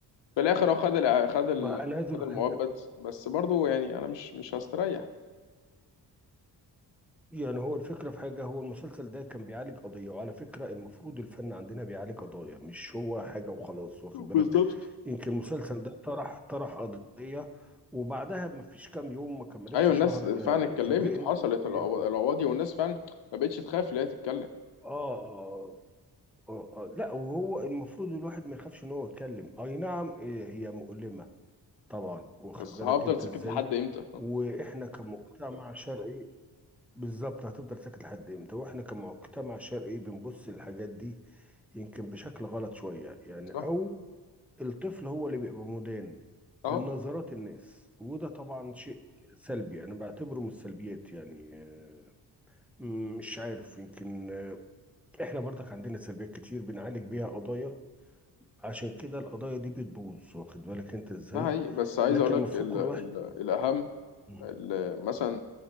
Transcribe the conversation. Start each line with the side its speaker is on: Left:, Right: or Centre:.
Left: في الاخر هو خد الع- خد ال-
Centre: ما انا عايز اقول
Left: خد المؤبد
Centre: لك حاجه
Left: بس برضه يعني انا مش مش هستريح
Centre: يعني هو الفكره في حاجه هو المسلسل ده كان بيعالج قضيه وعلى فكره المفروض الفن عندنا بيعالج قضايا مش هو حاجه وخلاص واخد بالك
Left: بالظبط
Centre: يمكن المسلسل ده طرح طرح قضيه وبعدها ما فيش كام يوم ما كملتش
Left: ايوه الناس
Centre: شهر
Left: فعلا
Centre: آه،
Left: اتكلمت
Centre: فوجئنا
Left: وحصلت القوا-
Centre: إن-
Left: القواضي والناس فعلا ما بقتش تخاف اللي هي تتكلم
Centre: آه, آه, آه, اه لا وهو المفروض الواحد ما يخافش ان هو يتكلم اي نعم آه، هي مؤلمه طبعا واخد
Left: بس
Centre: بالك
Left: هفضل
Centre: انت
Left: ساكت
Centre: ازاي
Left: لحد <laughs> امتى
Centre: واحنا كمجتمع شرقي بالظبط هتفضل ساكت لحد امتى واحنا كمجتمع شرقي بنبص للحاجات دي يمكن بشكل غلط شوية يعني
Left: صح
Centre: او الطفل هو اللي بيبقى مدان
Left: اه
Centre: من نظرات الناس وده طبعا شيء سلبي انا بعتبره من السلبيات يعني آه، م- مش عارف يمكن آه، احنا برضك عندنا سلبيات كتير بنعالج بيها قضايا عشان كده القضايا دي بتبوظ واخد بالك انت ازاي
Left: ده حقيقي بس عايز
Centre: لكن
Left: اقول لك
Centre: المفروض
Left: ال
Centre: كل
Left: ال
Centre: واحد
Left: الاهم
Centre: م-
Left: ال- مثلا